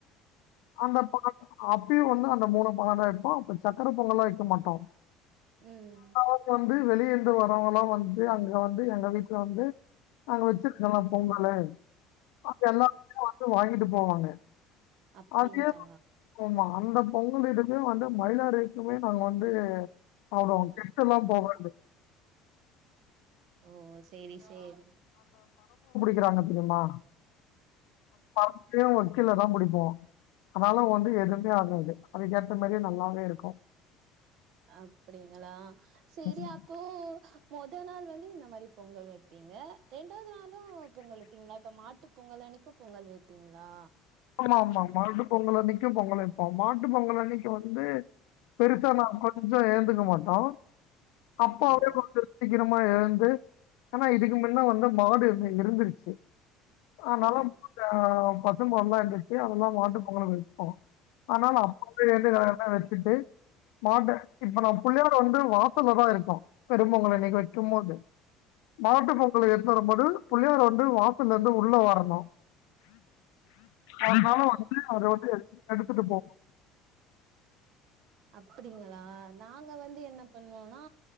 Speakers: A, on the left (about 80°); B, on the right (about 55°).
A: அந்த பா <unintelligible> அப்பயும் வந்து அந்த மூணு <unintelligible> தாம் வைப்போம் அப்ப சக்கர பொங்கல்லாம் வைக்க மாட்டோம்
B: உம்
A: அப்ப வந்து வெளியேந்து வரவல்லாம் வந்து அங்க வந்து எங்க வீட்டுல வந்து நாங்க வெச்சிருக்கலாம் பொங்கல் அ எல்லாரு வந்து வாங்கி விட்டு போவாங்க
B: அப்படிங்களா
A: அதே ஆமா. அந்த பொங்கல்துக்கு வந்து மயிலாறைக்குமே நாங்க வந்து அவ்ளோ கிட்ட எல்லாம் போ <unintelligible>
B: ஓ செரி செரிங்
A: இருக்கிறாங்க தெரியுமா <inaudible> கில்ல தா <unintelligible> போவா அதனால வந்து எதுவுமே ஆகாது அதுக்கேற்ற மாரியே நல்லாவே இருக்கு
B: அப்டிங்களா செரி
A: ம்.
B: அப்போ மொத நாள் வந்து இந்த மாரி பொங்கல் வப்பீங்க ரெண்டாவது நாளும் பொங்கல் வப்பங்களா இப்ப மாட்டுப் பொங்கல் அன்னிக்கு பொங்கல் வப்பீங்களா
A: ஆமா ஆமா மாட்டு பொங்கல் அன் னைக்கும் பொங்கல் வைப்போம் மாட்டு பொங்கல் அன்னைக்கு வந்து பெருசா நா கொஞ் சோ ஏந்துக்க மாட்டோ அப்பாவே
B: அப்டிங்களா
A: கொஞ்சோ சீக்கிர மா எழந்து ஆனா இதுக் மின்ன வந்து மாடு இருந்து இருந்துருச்சு ஆ நலம்
B: ம்
A: <unintelligible> பசும் பால்லா எ வெச்சு அதெல்லா மாட்டு பொங்கலுக்கு வைப்போ ஆனாலோ அப்பவே <unintelligible> மாட்டே இப்ப நா புள்ளையோட வந்து வா சல்லா தா இருக்கு பெரும் பொங்கலனைக்கு வெக்கும்போது மாட்டு பொங்கலுக்கு எத்னுவர போது புள்ளையார வந்து வாசல்ல இருந்து உள்ள வரணு அதுனால வந்து அத வந்து எடுத்துடு எடுத்துட்டுப் போவோ
B: அப்டிங்களா நாங்க வந்து என்ன பண்வோனா